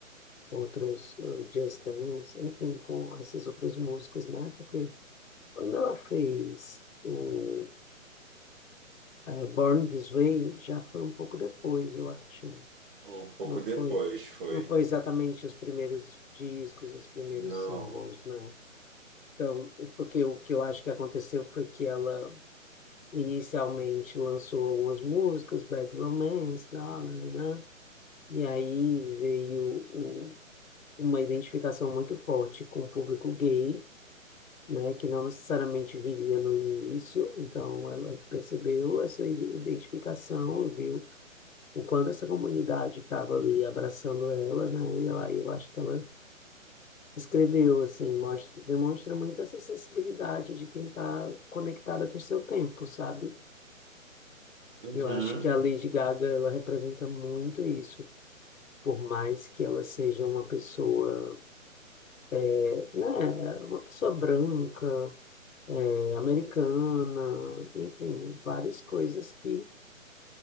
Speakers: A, on the left; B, on the right.
A: outros eh, Just Dance, enfim, com essas outras músicas, né? Porque quando ela fez o eh, Born This Way, já foi um pouco depois, eu acho, né?
B: Um pouco
A: Não
B: depois
A: foi,
B: foi.
A: não foi exatamente os primeiros discos, os primeiros
B: Não.
A: singles, né? Então, é porque o que eu acho que aconteceu foi que ela inicialmente lançou algumas músicas, Bad Romance, blá, blá, blá, blá, e aí veio o- uma identificação muito forte com o público gay, né, que não necessariamente viria no início, então ela percebeu essa i- identificação, viu o quanto essa comunidade estava ali abraçando ela, né, e eu- aí eu acho que ela escreveu, assim, mostra, demonstra muito essa sensibilidade de quem está conectada com o seu tempo, sabe?
B: Uhum,
A: Eu acho que a Lady Gaga, ela representa muito isso, por mais que ela seja uma pessoa, é né, uma pessoa branca, é, americana, enfim, várias coisas que,